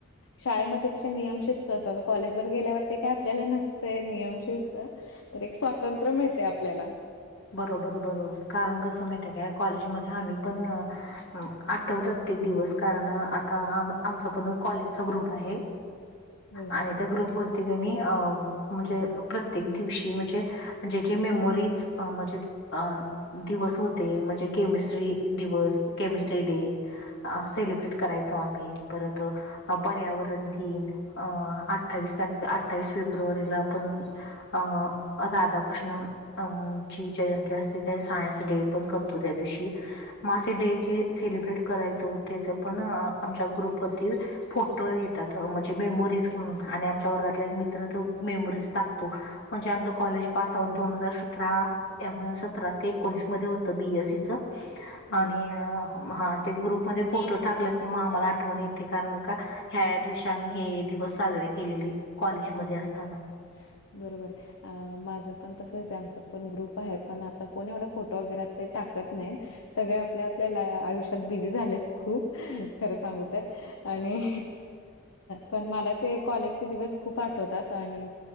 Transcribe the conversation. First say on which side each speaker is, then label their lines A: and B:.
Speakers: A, on the left; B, on the left.
A: शाळेमध्ये कसे नियम शिस्त असतात कॉलेज वर गेल्यावर ते काय आपल्याला नसतंय नियम शिस्त तर एक स्वातंत्र्य मिळते आपल्याला
B: बरोबर बरोबर कारण कसं माहित आहे का कॉलेजमध्ये आम्ही पण आठवतात ते दिवस कारण.. आमच पण कॉलेजचा ग्रुप आहे
A: हो
B: आणि त्या ग्रुप पर्तीग अ म्हणजे प्रत्येक दिवशी म्हणजे जेज मेमोरीज म्हणजे. दिवस होते म्हणजे केमिस्ट्री दिवस केमिस्ट्री डे.. अ सेलिब्रेट करायचो आम्ही परत.. अ पर्यावरण दिन अं अठ्ठावीस तारखे अठ्ठावीस फेब्रुवारीला आपण... अं राधाकृष्ण अमं.. ची जयंती असते त्या सायन्स डे पण करतो त्या दिवशी.. मासे डे जे सेलिब्रेट करायचं त्याच पण आमच्या ग्रुपवररती... फोटो येतात म्हणजे मेमोरीज म्हणून आणि आमच्या वर्गातला एक मित्र मेमोरीज टाकतो. म्हणजे आमचं कॉलेज पास आउट दोन हजार सतरा. त्या सतरा ते एकोणीस मध्ये होत बी एससीच
A: हो
B: आणि हा... ते ग्रुपमध्येध्ये फोटो टाकलं की मामला आठवण येते कारण का.. ह्या दिवशी आम्ही हे दिवस साजरे केलेले.. कॉलेजमध्ये
A: ्
B: असताना
A: बरोबर बरोबर अ माझं पण तसंच आमचा पण ग्रुप आहे पण आता कोणी एवढा फोटो वगैरे ते टाकत नाहीत. सगळे आपल्या आपल्या आयुष्यात बिझी झालेत खूप खरं सांगू तर.. आणि पण मला ते कॉलेजचे दिवस.. खूप आठवतात आणि